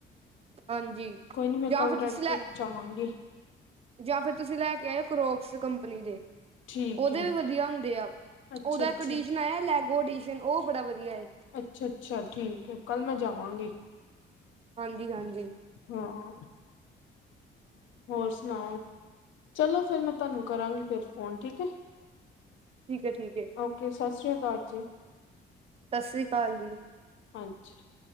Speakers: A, on the right (about 30°); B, on the left (about 75°).
A: ਹਾਂਜੀ,
B: ਕੋਈ ਨੀ ਮੈਂ
A: ਜਾਂ
B: ਕੱਲ
A: ਫਿਰ
B: ਰੈਡ
A: ਤੁਸੀਂ ਲੈ
B: ਟੇਪ ਜਾਵਾਂਗੀ
A: ਜਾਂ ਫਿਰ ਤੁਸੀਂ ਲੈ ਕੇ ਆਏਓ ਕਰੋਕਸ, ਕੰਪਨੀ ਦੇ।
B: ਠੀਕ
A: ਓਦੇ
B: ਹੈ
A: ਵੀ ਵਧੀਆ ਹੁੰਦੇ ਆ।
B: ਅੱਛਾ
A: ਓਦਾ
B: ਅੱਛਾ
A: ਇੱਕ ਅਡੀਸ਼ਨ ਆਇਆ, ਲੈਗੋ ਅਡੀਸ਼ਨ, ਓ ਬੜਾ ਵਧੀਆ ਏ।
B: ਅੱਛਾ-ਅੱਛਾ, ਠੀਕ ਐ, ਕੱਲ੍ਹ ਮੈਂ ਜਾਵਾਂਗੀ।
A: ਹਾਂਜੀ, ਹਾਂਜੀ।
B: ਹਾਂ। ਹੋਰ ਸੁਣਾਓ, ਚਲੋ ਫੇਰ ਮੈਂ ਤੁਹਾਨੂੰ ਕਰਾਂਗੀ ਫਿਰ ਫੋਨ, ਠੀਕ ਹੈ।
A: ਠੀਕ ਏ, ਠੀਕ ਏ।
B: ਓਕੇ, ਸਤਿ ਸ਼੍ਰੀ ਅਕਾਲ ਜੀ।
A: ਸਤਿ ਸ਼੍ਰੀ ਅਕਾਲ ਜੀ।
B: ਹਾਂਜੀ, ਹਾਂਜੀ।